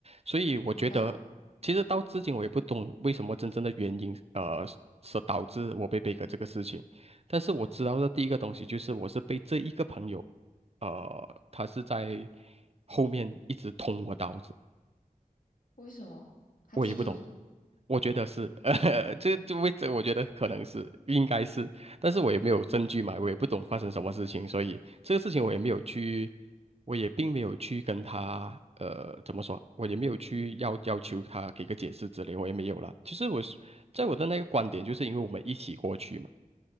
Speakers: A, on the right; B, on the left.
A: 所以我觉得其实到至今我也不懂为什么真正的原因，
B: 明白。
A: 呃，是导致我被 b 革这个事情，但是我知道的第一个东西就是我是被这一个朋友，呃，他是在后面一直捅我刀子。
B: 为什么？他嫉妒你。
A: 我也不懂。我觉得是，<laughs> 呃，这这位置我觉得可能是应该是，但是我也没有证据嘛，我也不懂发生什么事情，所以这个事情我也没有去，我也并没有去跟他，呃，怎么说啊，我也没有去要要求他给个解释之类，我也没有了。其实我是在我的那个观点，就是因为我们一起过去嘛，